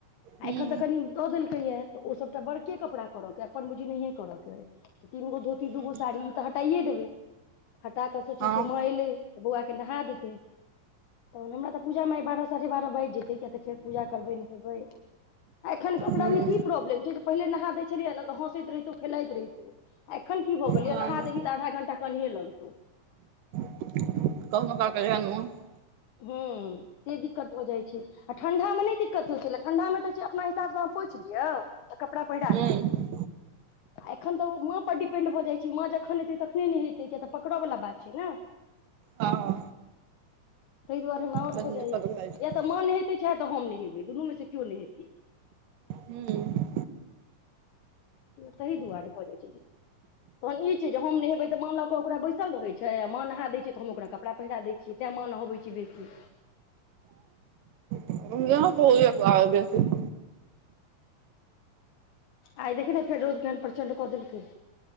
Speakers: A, on the right; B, on the left.
A: हुँ
B: अखन तऽ कनि दऽ देलकै या तऽ ओ सबटा बड़के कपड़ा करऽ के अपन बुझी नहिये करऽ के तीन गो धोती
A: हुँ
B: दूगो साड़ी ई तऽ हटाइए देबै हटा कऽ सोचै
A: हँ
B: छैै माँ एलै तऽ बौआ के नहा देतै तहन हमरा तऽ पूजामे बारह साढ़े बारह बाजि जेतै किया तऽ फेर पूजा करबै नहेबै आ एखन ओकरा
A: हुँ
B: मे की प्राब्लेम छै जे पहिले नहा दै छलियै ने तऽ हँसैत रहितु खेलाइत रहितो एखन की भऽ गेल
A: हँ
B: य नहा देबी तऽ आधा घंटा कानेहि लगतौ
A: कहखनो क क झन मन <inaudible>
B: हुँ से दिक्कत भ जाइ छै आ ठंडामे नहि दिक्कत होइ छलै ठंडामे तऽ छै अपना हिसाबसँ अहाँ पछि दियौ आ कपड़ा पहिरा
A: हँ
B: दियौ <unintelligible> आ एखन तऽ माँ पर डिपेंड भऽ जाइत छै माँ जखन एतै तखने नहेतै कियाक तऽ पकड़यवला बात छै ने
A: हँ
B: ताहि दुआरे हमरा आओर
A: बड
B: भऽ जाइया
A: दिक्कत भ जाइ छै
B: या तऽ मान हेतै चाहे तऽ हम नहि हेबै दुनू मे सँ केओ नेहेतै
A: हुँ
B: तहि दुआरे भ जाइत छै तहन ई छै जे हम नहेबे त माँ ल के ओकरा बैसल रहे छै आ ममाँ नहा देय छै त हम ओकरा कपड़ा पहिरा देय छिय तऽ माँ नहबै छै बेसी
A: प आस <inaudible>
B: आइ देखिन ते फेर रोद केहन प्रचण्ड क देल कै